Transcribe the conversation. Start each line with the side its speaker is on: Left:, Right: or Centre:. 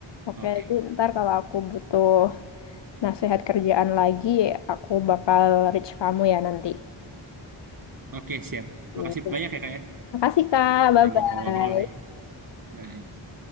Left: Oke,
Right: Oke
Left: jadi ntar kalau aku butuh nasihat kerjaan lagi, aku bakal reach kamu ya nanti.
Right: oke siap.
Left: Iya.
Right: Makasih banyak ya kak ya
Left: Makasih Kak, bye-bye.
Right: udah ngobrol-ngobrol nih. Baik.